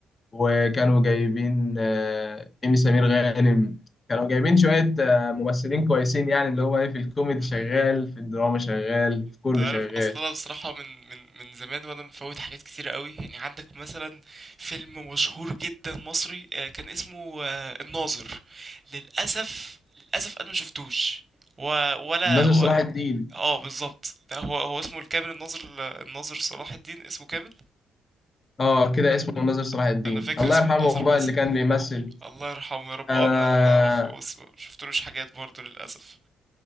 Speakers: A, on the left; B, on the right.
A: وكانوا جايبين آه، إيمي سمير غانم كانوا جايبين شوية آه، ممثلين كويسين يعني اللي هو إيه في الكوميدي
B: مهم.
A: شغال في الدراما شغال في كله
B: انت عارف
A: شغال
B: اصلا انا بصراحة من من من زمان وانا مفوت حاجات كتيرة قوي يعني عندك مثلا فيلم مشهور جدا مصري آه، كان اسمه آه، الناظر للاسف للاسف انا مشفتوش و... ولا
A: ناصر صلاح الدين
B: اه بالظبط ده هو هو اسمه الكامل الناظر الناظر صلاح الدين اسمه كامل
A: اه كده
B: انا
A: اسمه ناصر صلاح الدين
B: انا فاكر
A: الله
B: اسمه
A: يرحمه
B: الناظر
A: بقى
B: بس
A: اللي كان بيمثل
B: الله يرحمه يا رب
A: انا
B: اه انا انا اعرفه بس ما شفتلوش حاجات برضه للاسف